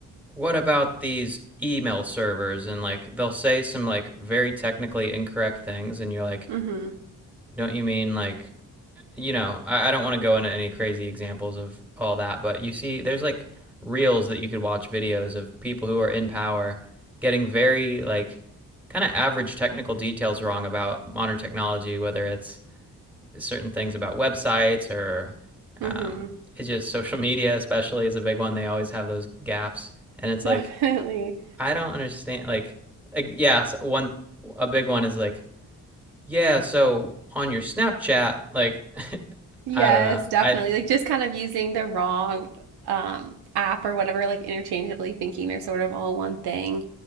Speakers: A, in the centre; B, on the right.
A: what about these email servers and like they'll say some like very technically incorrect things and you're like,
B: mm-hmm
A: don't you mean like, you know, I, I don't want to go into any crazy examples of all that, but you see, there's like reels that you could watch videos of people who are in power getting very like kind of average technical details wrong about modern technology, whether it's certain things about websites or
B: mm-hmm
A: um, it's just social <laughs> media, especially is a big one. They always have those gaffes, and it's
B: <laughs> definitely
A: like I don't understand. Like, like yeah, so one a big one is like yeah, so on your Snapchat, like <laughs>
B: yes
A: I don't know,
B: definitely
A: I
B: like just kind of using the wrong um app or whatever like interchangeably thinking they're sort of all one thing